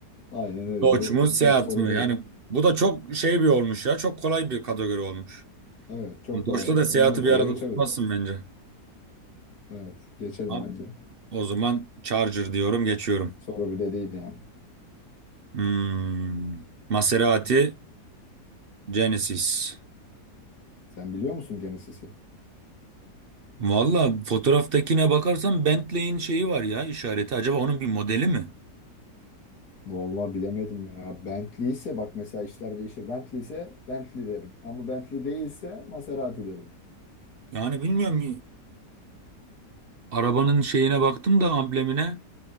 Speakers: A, on the left (about 65°); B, on the right (about 50°).
A: Aynen öyle.
B: Doç
A: Bu
B: mu Seat
A: çok soru
B: mı?
A: değil.
B: Yani bu da çok şey bir olmuş ya. Çok kolay bir kategori olmuş.
A: Evet çok
B: Doç'la
A: kolay olmuş.
B: da Seat'ı
A: Bunu hızlıca
B: bir arada
A: geçebiliriz.
B: tutmazsın bence.
A: Evet geçelim
B: Ha,
A: bence.
B: O zaman Charger diyorum geçiyorum.
A: Soru bile değil yani.
B: Hmm. Maserati Genesis.
A: Sen biliyor musun Genesis'i?
B: Valla fotoğraftakine bakarsan Bentley'in şeyi var ya işareti. Acaba onun bir modeli mi?
A: Vallahi bilemedim ya. Bentley ise bak mesela işler değişir. Bentley ise Bentley derim. Ama Bentley değilse Maserati derim.
B: Yani bilmiyorum. e, arabanın şeyine baktım da amblemine.